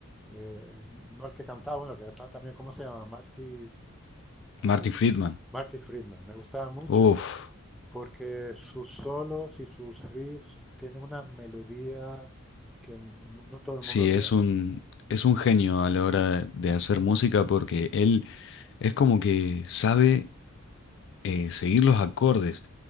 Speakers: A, in the centre; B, on the left (about 55°).
A: eh, no el que cantaba, bueno, el que cantaba también, ¿cómo se llama? Marty, ay,
B: Martin Friedman,
A: Marty Friedman. Me gustaba mucho
B: uff.
A: porque sus solos y sus riffs tienen una melodía que m- no todo el
B: Sí,
A: mundo tiene.
B: es un, es un genio a la hora de hacer música porque él es como que sabe eh, seguir los acordes,